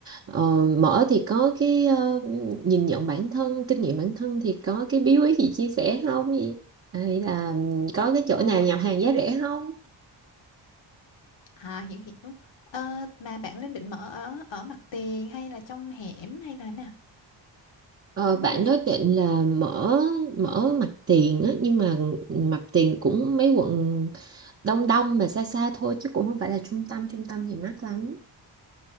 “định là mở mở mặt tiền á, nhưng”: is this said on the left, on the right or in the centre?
Right